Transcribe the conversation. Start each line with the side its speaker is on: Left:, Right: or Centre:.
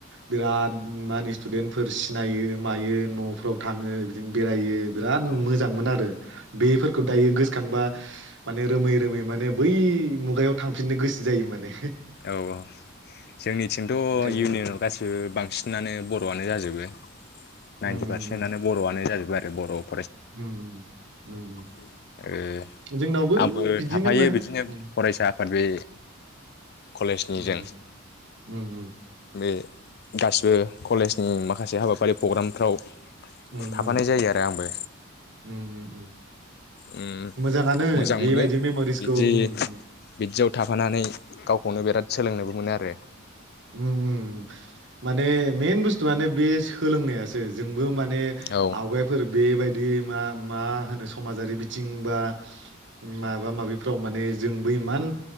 Right: बिराद मानो स्टुदेन्टफोर सिनायो मायो न'फोराव थाङो बिदिनो बेरायो। बिराद
Left: औ उम
Right: मोजांमोन आरो बेफोरखौ दायो गोसोखांबा माने रोमै रोमै माने बै मुगायाव थांफिननो गोसो जायो माने
Left: औ औ जोंनि थिंथ'
Right: ओंखायनो
Left: इउनियनाव गासिबो बांसिनानो बर' बानो जाजोबो नाइन्टि
Right: उम उम
Left: पारसेन्टआनो बर'आनो जाजु बारो बर'ब
Right: उम उम उम उम।
Left: ओ
Right: उम जोंनावबो
Left: आंबो
Right: बिदिनोमोन
Left: थाफायो बिदिनो
Right: उम
Left: फरायसा आफाद बे कलेजनिजों
Right: उम उम उम
Left: बे गासिबो कलेजनि माखासे हाबाफारि प्रग्रामफ्राव
Right: उम
Left: थाफानाय
Right: उम
Left: जायो आरो आंबो
Right: उम उम उम।
Left: उम
Right: मोजाङानो
Left: मोजां
Right: बेबायदि
Left: मोनो
Right: मेम'रिसखौ
Left: बिदि
Right: उम उम
Left: बिदियाव थाफानानै गावखौनो बिराद सोलोंनोबो मोनो आरो
Right: उम उम माने मेन बुस्थुआनो बे सोलोंनायासो जोंबो माने बे
Left: औ
Right: आवगायफोर बेबाय दि मा मा होनो समाजारि बिथिं बा माबा माबिफ्राव माने जोंबो इमान